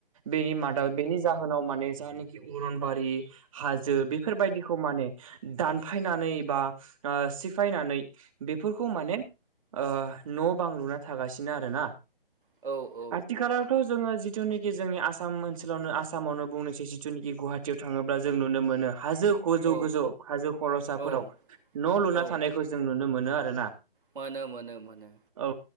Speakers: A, on the right; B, on the right.
A: बेनि मादाव बेनि जाहोनाव माने जानिखि अरनबारि हाजो बे बायदिखौ माने दानफायनानै बा ओ सिफायनानै बेफोरखौ माने ओ न' बां लुना थागासिनो आरोना
B: औ औ
A: आथिखालावथ' जोङो जिथुनिखि जोंनि आसाम ओनसोलावनो आसामावनो बुंनोसै जिथुखि गहा टियाव थाङोब्ला जों नुनो मोनो हाजो गोजौ
B: औ
A: गोजौ हाजो खर'साफोराव
B: औ
A: न' लुना
B: औ
A: थानायखौ जों नुनो मोनो आरो ना
B: मोनो मोनो मोनो
A: औ